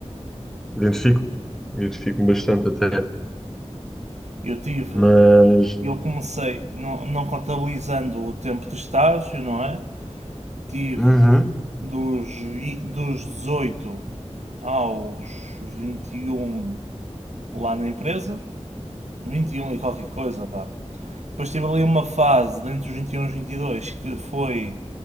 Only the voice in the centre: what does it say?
Identifico-me. Identifico-me bastante até.
Mas.
Uhum.